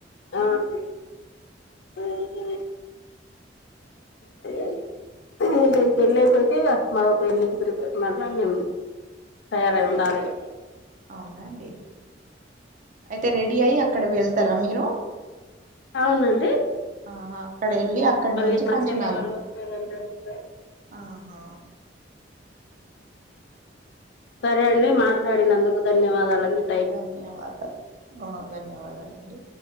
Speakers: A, on the left; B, on the right.
A: అవునండి ఉహు హలో ఇక ఈ పెళ్లి అయిపోతే ఈ మదోక ఎలి మళ్ళ మేం తయారై ఉండాలిగా
B: అవునా అండి అయితే రెడీ అయ్యి అక్కడ వెళ్తారా మీరు
A: అవునండి
B: ఆహా అక్కడ వెళ్ళి అక్కడి
A: మళ్ళీ
B: నుంచి
A: మా
B: పంచనాలకి
A: చెల్లె వాళ్ళు వస్తారు అందరు వస్తారు
B: ఆహా
A: సరే అండి మాట్లాడినందుకు ధన్యవాదాలండీ
B: ధన్యవాదాలు ఓ ధన్యవాదాలండి